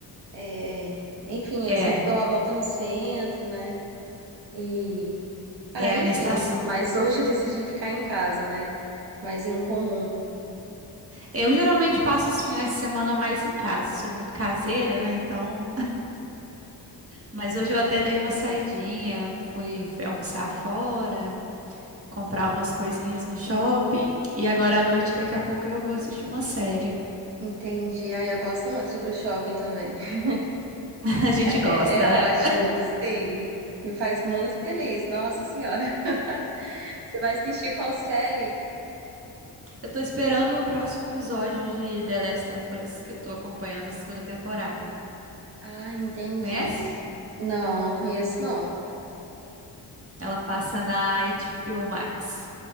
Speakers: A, on the right; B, on the right.
A: É, enfim, eu
B: É,
A: sempre dou uma volta no centro, né? E ah,
B: é
A: enfim,
B: a minha estação.
A: mas hoje eu decidi ficar em casa, né? Mas em comum.
B: Eu geralmente passo os finais de semana mais em casa, sou muito caseira, né? Então, mas hoje eu até dei uma saidinha, fui, fui almoçar fora, comprar umas coisinhas no shopping. E agora à noite, daqui a pouco, eu vou assistir uma série.
A: Entendi. Ah, eu gosto muito de ir pro shopping também. <laughs>
B: <laughs> A gente gosta,
A: É, é
B: né?
A: ótimo, sim. Me faz muito feliz, nossa senhora. <laughs> Você vai assistir qual série?
B: Eu tô esperando o próximo episódio de The Last of Us, que eu tô acompanhando a segunda temporada.
A: Ah, entendi.
B: Conhece?
A: Não, não conheço, não.
B: Ela passa na HBO Max.